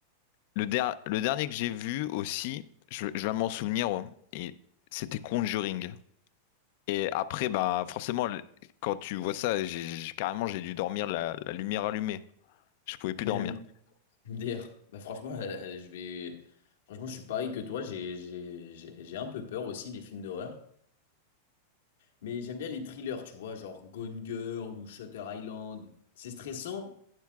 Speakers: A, on the left (about 55°); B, on the left (about 85°).
A: Le, der- le dernier que j'ai vu aussi, je, je vais m'en souvenir. ouais. Et c'était Conjuring. Et après, bah forcément, le- quand tu vois ça, j'ai j'ai- carrément j'ai dû dormir la la lumière allumée. Je pouvais
B: <laughs>
A: plus
B: MDR.
A: dormir.
B: Bah, franchement, <laughs> là, là, je vais, franchement, je suis pareil que toi, j'ai, j'ai, j'ai j'ai un peu peur aussi des films d'horreur. Mais j'aime bien les thrillers, tu vois, genre Gone Girl ou Shutter Island. C'est stressant,